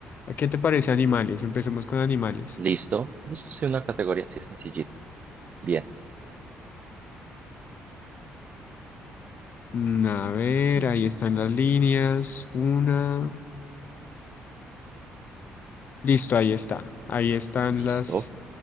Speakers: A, on the left (about 45°); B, on the right (about 35°).
A: ¿a ¿qué te parece animales? Empecemos con animales.
B: Listo. Listo, sí, una categoría así sencillita. Bien.
A: Mm, A ver,
B: mm,
A: ahí están las líneas. Una. Listo, ahí está. Ahí están
B: Listo.
A: las